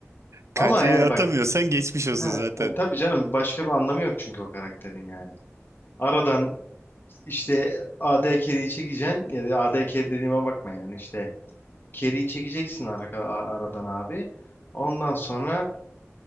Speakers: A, on the right; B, on the left.
A: Kancayı
B: Ama yani
A: atamıyorsan
B: bak
A: geçmiş olsun
B: he,
A: zaten.
B: e, tabii canım başka bir anlamı yok çünkü o karakterin yani. Aradan işte AD carry'i çekeceksin ya da AD carry dediğime bakma yani işte carry'i çekeceksin ara, a- aradan abi. Ondan sonra